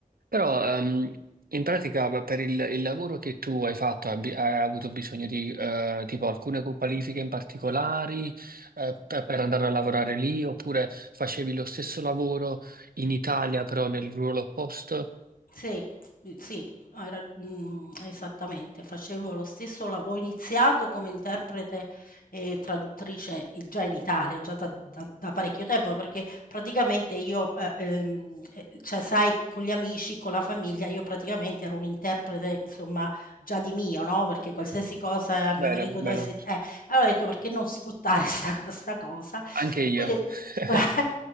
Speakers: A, on the right; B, on the left.
A: però ehm, in pratica beh, per il, il lavoro che tu hai fatto abbi- hai avuto bisogno di eh, tipo alcune qualifiche in particolari eh, per, per andare a lavorare lì oppure facevi lo stesso lavoro in Italia però nel ruolo opposto?
B: Sì, s sì, hai rag mhmm, esattamente. Facevo lo stesso la ho iniziato come interprete e traduttrice i già in Italia, già da da da parecchio tempo, perché praticamente io, ehm, ehm, e cioè sai con gli amici, con la famiglia, io praticamente ero un'interprete insomma già di mio, no, perché qualsiasi cosa mio
A: Vero,
B: marito
A: vero,
B: dovesse eh, allora ho detto: "Perché non sfruttare <laughs> sta sta cosa?"
A: anche
B: E
A: io.
B: quindi <laughs>
A: <laughs>
B: bra